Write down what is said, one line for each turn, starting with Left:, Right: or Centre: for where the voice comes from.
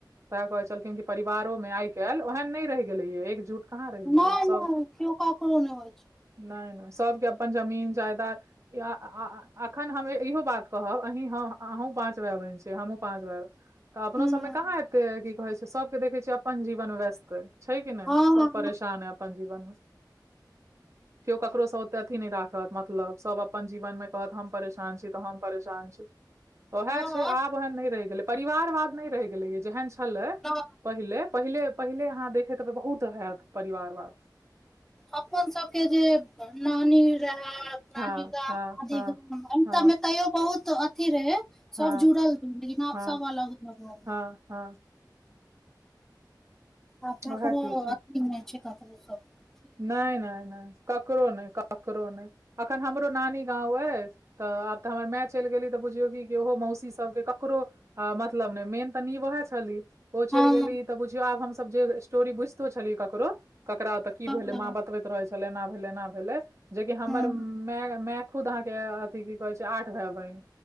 Right: तें कहे छलखिन कि परिवारों आइ काल्हि ओहेन नहि रहि गेलेये एकजुट कहाँ रहि गेलै
Centre: नहि
Right: सब
Centre: नहि केओ ककरो नहि होइ छै
Right: नहि नहि सबके अपन जमीन जायदा य अखन हम इहो बात कहब अहीं ह आ हमँ पाँचवया बहिन छी हमू पाँच भाई तऽ अपनो
Centre: हँ
Right: सबमे कहाँ एतै की कहे छै सबके देखे छियै अपन जीवन व्यस्त ह छै कि नहि
Centre: हँ
Right: सब परेशान है अपन जीवन मे केओ ककरोसँ अथी नहि राखत मतलब सब अपन जीवन मे कहत हम परेशान छी तऽ हम परेशान छी तऽ ओह
Centre: हँ
Right: छै आब ओहन नहि रहि गेलै परिवारवाद नहि रहि गेलै य जेहन छलै
Centre: तऽ <unintelligible>
Right: पहिले पहिले पहिले अहाँ देखैत बहुत हयत परिवारवाद
Centre: अपन सबके जे नानी रहै नानी
Right: हँ
Centre: गाम
Right: हँ
Centre: आदी
Right: हँ
Centre: गाम ए
Right: हँ
Centre: सबमे तैयो बहुत अथी रहे
Right: हँ
Centre: सब जुड़ल रह लेकिन आप
Right: हँ
Centre: सब अलग अलग भ रहल
Right: हँ हँ
Centre: आ
Right: ओएह
Centre: को
Right: चीज
Centre: <unintelligible>
Right: छै
Centre: छेका <unintelligible>
Right: नहि नहि नहि ककरो नहि ककरो नहि अखन हमरो नानी गाँंव अ तऽ आब तऽ हमर माय चलि गेली तऽ बुझियौ कि कि ओहो मौसी सभके ककरो आ मतलब ने मेन तऽनीव एह छली ओ चलि
Centre: हँ
Right: गेली तऽ बुझियौ आब हमसभ जे स्टोरी बुझितो छलिय ककरो ककरा त की
Centre: हँ
Right: भेले माँ बतबैत रहे छल एना भेले एना भेले जेकि हमर
Centre: हँ
Right: मे मे खुद अहाँके अथिी की कहै छै आठ भाय बहिन